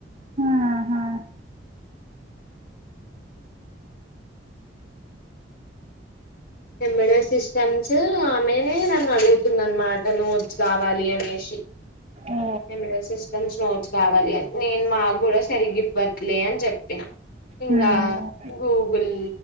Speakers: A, on the right (about 35°); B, on the left (about 50°).
A: ఆహా
B: ఎంబ్రాయిడరీ సిస్టమ్స్ ఆమెనే నన్ను అడుగు తుందనమాట నోట్స్ కావాలి అనేసి
A: ఓ
B: ఎంబ్రాయిడరీ సిస్టమ్స్ నోట్స్ కావాలి అని నేను మాక్కూడ సరిగివ్వట్లే అని చెప్పినా ఇంకా
A: మ్మ్
B: గూగుల్